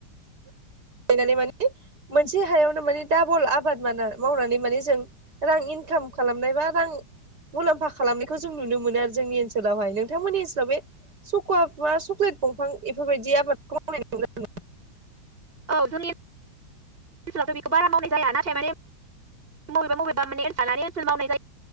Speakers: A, on the right; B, on the right.
A: <unintelligible> नानै मानि मोनसे हायावनो माने डाबल आबाद मावनानै माने जों रां इनकाम खालामनाय बा रां मुलाम्फा खालामनायखौ जों नुनो मोनो आरो जोंनि ओनसोलावहाय। नोंथांमोननि ओनसोलाव बे सक'वा मा सक्लेट दंफां बेफोरबायदि आबादखौ मावनाय <unintelligible>
B: औ जों ओन्सोलावथ' बेखौ बारा मावनाय जाया नाथाय माने बबेबा बबेबा माने ओन्सोल लानानै ओन्सोल मावनाय जायो।